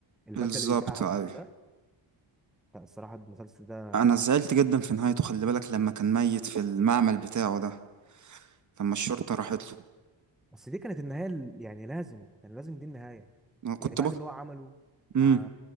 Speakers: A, in the centre; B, on the right (about 40°).
A: المادة
B: بالظبط
A: اللي بيبيعها
B: ايوه
A: وكل ده لا الصراحة المسلسل ده
B: انا زعلت جدا في نهايته خلي بالك لما كان ميت في المعمل بتاعه ده لما الشرطة راحت له
A: بس دي كانت النهاية ال- يعني لازم كان لازم دي النهاية
B: انا كنت
A: يعني بعد
B: بك
A: اللي هو عمله
B: امم
A: مع